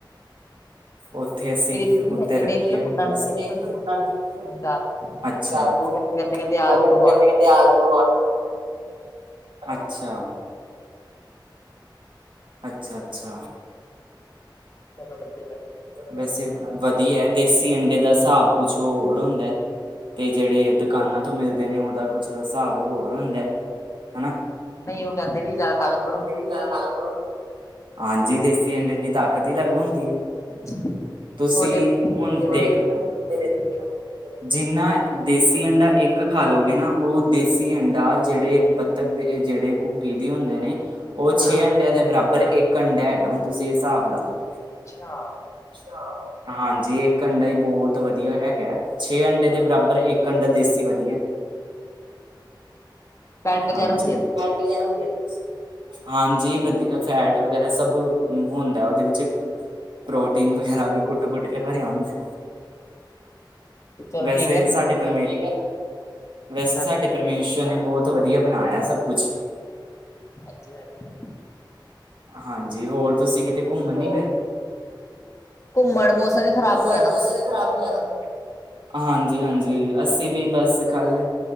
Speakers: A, on the right (about 75°); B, on the left (about 40°).
A: ਉੱਥੇ ਅਸੀਂ
B: ਮੇਰੇ ਦੀਦੀ
A: ਉੱਤੇ
B: ਹੈਗੇ
A: ਰੱਖੀਆਂ
B: ਨੇ ਇੱਕ ਉਹਨਾਂ
A: <unintelligible>
B: ਨੇ ਰੱਖੇ ਹੋਏ ਨੇ ਤਿੰਨ ਚਾਰ
A: ਅੱਛਾ
B: ਉਹ ਕਹਿੰਦੇ ਕਹਿੰਦੇ ਆ
A: ਉਹ ਕਹਿੰਦੇ
B: ਜਾਓ
A: ਰਹਿੰਦੇ ਆ ਬਈ
B: ਜਾਓ।
A: ਆਜੋ ਆਜੋ ਅੱਛਾ ਅੱਛਾ ਅੱਛਾ
B: ਸਾਲਾ ਬੱਦੀ
A: ਵੈਸੇ ਵਧੀਆ ਦੇਸੀ ਅੰਡੇ ਦਾ ਹਿਸਾਬ ਕੁਛ ਹੋਰ ਹੁੰਦਾ ਤੇ ਜਿਹੜੇ ਦੁਕਾਨਾਂ ਤੋਂ ਮਿਲਦੇ ਨੇ ਉਹਦਾ ਕੁਛ ਹਿਸਾਬ ਹੋਰ ਹੁੰਦਾ ਹਨਾ
B: ਨਹੀਂ ਉਹ ਕਹਿੰਦੇ ਵੀ ਜ਼ਿਆਦਾ ਤਾਕਤਵਰ
A: ਜਿਆਦਾ ਤਾਕਤਵਰ ਹੁੰਦੇ ਹਾਂਜੀ ਦੇਸੀ ਅੰਡੇ ਦੀ ਤਾਕਤ ਹੀ ਅਲੱਗ ਹੁੰਦੀ ਏ
B: <unintelligible>
A: ਤੁਸੀਂ
B: ਬੱਚਿਆਂ ਨੂੰ
A: ਹੁਣ
B: ਕਹਿੰਦੇ
A: ਦੇਖ
B: ਦਿੰਦੇ
A: ਲ <unintelligible> ਜਿੰਨਾ ਦੇਸੀ ਅੰਡਾ ਇੱਕ ਖਾ ਲਉਗੇ ਨਾ ਉਹ ਦੇਸੀ ਅੰਡਾ ਜਿਹੜੇ ਬ ਤਗਦੇ ਜਿਹੜੇ ਘੁੱਗੀ ਦੇ ਹੁੰਦੇ ਨੇ ਉਹ ਛੇ
B: ਹਾਂ
A: ਅੰਡਿਆਂ ਦੇ ਬਰਾਬਰ ਇੱਕ ਅੰਡਾ ਹੈਗਾ ਹੁਣ ਤੁਸੀਂ ਇਹ ਹਿਸਾਬ ਲਾ ਲਓ।
B: ਅੱਛਾ
A: ਅੱਛਾ ਹਾਂਜੀ ਇੱਕ ਅੰਡਾ ਹੀ ਬਹੁਤ ਵਧੀਆ ਹੈਗਾ ਛੇ ਅੰਡੇ ਦੇ ਬਰਾਬਰ ਇੱਕ ਅੰਡਾ ਦੇਸੀ ਵਧੀਆ
B: ਫੈਟ ਵਗੈਰਾ
A: ਹਾਂਜੀ
B: ਹੁੰਦੀ ਆ ਵਿੱਚ
A: ਫੈਟ ਵਗੈਰਾ ਹੁੰਦੀ ਇਹਦੇ ਵਿੱਚ ਹਾਂਜੀ, ਵਧੀਆ ਫੈਟ ਵਗੈਰਾ ਸਭ ਹੁੰਦਾ ਉਹਦੇ ਵਿੱਚ ਪ੍ਰੋਟੀਨ ਵਗੈਰਾ ਵੀ ਕੁੱਟ -ਕੁੱਟ ਕੇ ਭਰਿਆ ਹੁੰਦਾ!
B: ਚਲੋ
A: ਵੈਸੇ
B: ਠੀਕ ਹੈ ਤੁਸੀਂ
A: ਸਾਡੇ ਪਰਮੇਸ਼ਵਰ ਵੈਸੇ
B: ਹਾਂ
A: ਸਾਡੇ
B: ਹਾਂ
A: ਪਰਮੇਸ਼ੁਰ ਨੇ ਬਹੁਤ ਤੋਂ ਵਧੀਆ ਬਣਾਇਆ ਸਭ ਕੁਛ
B: ਅੱਜੀੀ ਗ <unintelligible>
A: ਹਾਂਜੀ, ਹੋਰ ਤੁਸੀਂ ਕਿਤੇ ਘੁੰਮਣ ਨੀ ਗਏ?
B: ਘੁੰਮਣ ਮੌਸਮ, ਵੀ ਖ਼ਰਾਬ
A: ਘੁੰਮਣ
B: ਹੋਇਆ ਨਾ
A: ਮੌਸਮ
B: ਥੋੜਾ
A: ਹੀ ਖਰਾਬ ਹੋ ਜਾਣਾ। ਹਾਂਜੀ -ਹਾਂਜੀ ਅਸੀਂ ਵੀ ਬਸ ਕੱਲ